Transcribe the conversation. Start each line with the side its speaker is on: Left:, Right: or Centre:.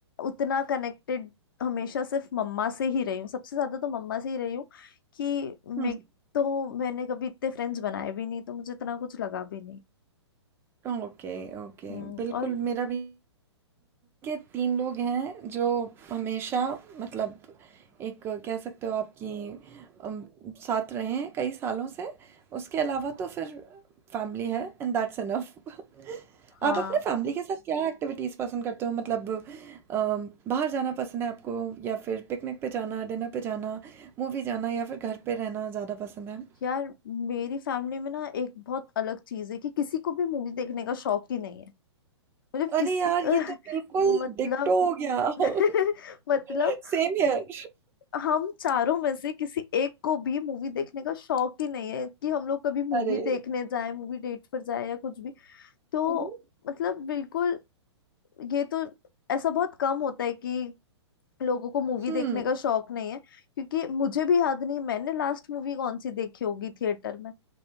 Left: उतना कनेक्टेड हमेशा सिर्फ मम्मा से ही रही हूँ सबसे ज्यादा तो मम्मा से ही रही हूँ कि मैं
Right: हम्म
Left: तो मैंने कभी इतने फ्रेंड्स बनाए भी नहीं तो मुझे इतना कुछ लगा भी नहीं
Right: Okay okay
Left: हम्म
Right: बिल्कुल
Left: और
Right: मेरा भी के तीन लोग हैं जो हमेशा मतलब एक कह सकते हो आपकी अम, साथ रहे हैं कई सालों से उसके अलावा तो फिर फैमिली है एंड दैट्स इनफ <laughs>
Left: हाँ
Right: आप अपने फैमिली के साथ क्या एक्टिविटीज़ पसंद करते हो मतलब अम, बाहर जाना पसंद है आपको या फिर पिकनिक पे जाना डिनर पे जाना मूवी जाना या फिर घर पे रहना ज़्यादा पसंद है
Left: यार मेरी फैमिली में ना एक बहुत अलग चीज है कि किसी को भी मूवी देखने का शौक ही नहीं है मतलब
Right: अरे
Left: किसी
Right: यार
Left: <laughs>
Right: ये तो बिल्कुल
Left: मतलब
Right: डिक्टो हो गया <laughs>
Left: <laughs> मतलब
Right: Same here
Left: हम चारों में से किसी एक को भी मूवी देखने का शौक ही नहीं है कि हम लोग कभी मूवी
Right: <laughs> अरे
Left: देखने जाए मूवी डेट पर जाए या कुछ भी तो
Right: हम्म
Left: मतलब बिल्कुल ये तो ऐसा बहुत कम होता है कि लोगों को मूवी
Right: हम्म,
Left: देखने का शौक नहीं है क्योंकि मुझे भी याद नहीं मैंने लास्ट मूवी कौन सी देखी होगी थिएटर में